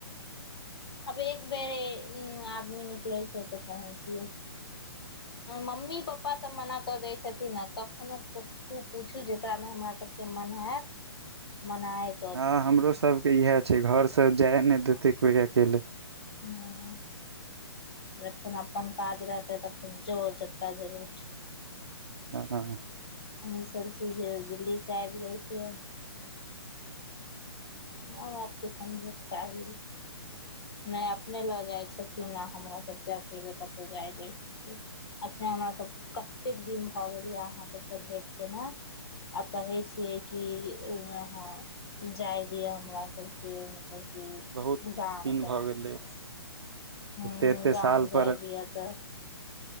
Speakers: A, on the left (about 65°); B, on the right (about 75°).
A: अब एक बेरेआदमी निकले छै तो पहुँच मम्मी पप्पा सब मना कऽ दै छथिन ने कखनो खू पूछू जेकरा मे हमरा सबके मन हैत मनायत
B: हँ हमरो सबके इएह छै घरसँ जाय ने देतै कोइ अकेले
A: हॅं जखन अपन काज रहतै तखन जो जतऽ जेबै
B: अहा
A: <unintelligible> सब छी जे दिल्लीसँ आइब जाइ छीयै मे बापके समझके चाही नै अपने लऽ जाइ छथिन ने हमरा सभके अकेले कतौ जाय दय छथिन एखने हमरासके कतेक दिन भऽ गेल यए अहाँसभसँ भेँट केना आ कहै छियै कि ह जाय दिय हमरा सबके मतलब की
B: बहुत
A: गाम
B: दिन भऽ गेलै
A: हु
B: एते एते
A: गाम
B: साल पर
A: जाय दिय तऽ